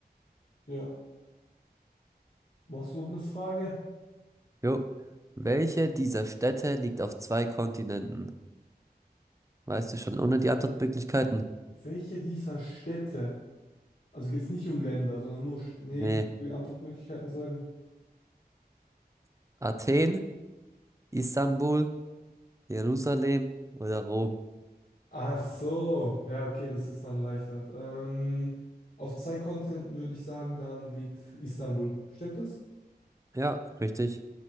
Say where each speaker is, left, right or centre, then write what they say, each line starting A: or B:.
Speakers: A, on the left; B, on the right.
A: Ja. Machst du noch eine Frage?
B: Jo. Welche dieser Städte liegt auf zwei Kontinenten? Weißt du schon ohne die Antwortmöglichkeiten?
A: Welche dieser Städte, also geht es nicht um Länder, sondern nur Städte. Nee,
B: Nee.
A: kannst du die Antwortmöglichkeiten sagen?
B: Athen, Istanbul Jerusalem oder Rom?
A: Ach so, ja, okay, das ist dann leichter. Ähm, auf zwei Kontinenten würde ich sagen, dann liegt Istanbul. Stimmt das?
B: Ja, richtig.